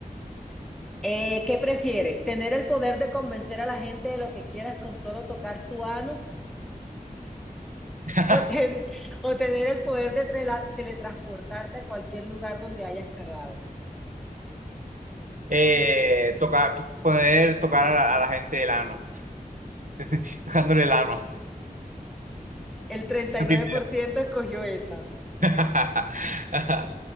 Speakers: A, in the centre; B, on the right (about 60°).
A: Eh, ¿qué prefieres? ¿Tener el poder de convencer a la gente de lo que quieras con solo tocar su ano? <laughs>
B: <laughs>
A: ¿O, ten- o tener el poder de trela- teletransportarte a cualquier lugar donde hayas cagado?
B: Eh, tocar, poder tocar a la, a la gente el ano, <laughs> tocándole el ano.
A: El 39%
B: Primero.
A: escogió esa.
B: <laughs>